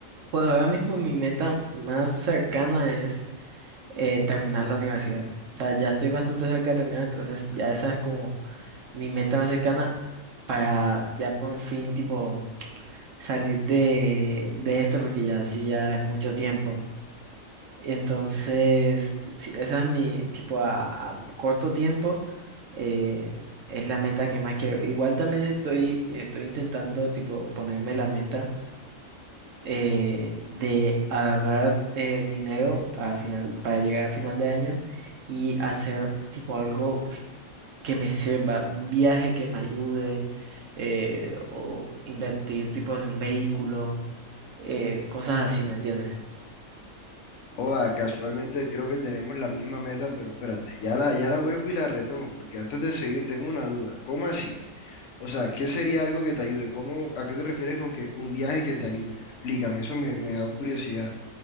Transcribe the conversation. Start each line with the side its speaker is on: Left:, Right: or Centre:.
Right: Pues ahora mismo mi meta más cercana es eh, terminar la universidad. O sea, ya estoy bastante cerca de terminar, entonces ya esa es como mi meta más cercana para ya por fin tipo salir de, de esto, porque ya sí ya es mucho tiempo. Entonces, sí, esa es mi tipo a, a corto tiempo, eh, es la meta que más quiero. Igual también estoy, estoy intentando tipo ponerme la meta eh, de agarrar eh, dinero a final, para llegar a final de año y hacer tipo algo que me sirva, un viaje que me ayude eh, o invertir tipo en un vehículo, eh, cosas así, ¿me entiendes?
Left: O ah, casualmente creo que tenemos la misma meta, pero espérate, ya la, ya la vuelvo y la retomo, porque antes de seguir tengo una duda. ¿Cómo así? O sea, ¿qué sería algo que te ayude? ¿Cómo, a qué te refieres con que un viaje que te ayude? Explícame, eso me, me da curiosidad.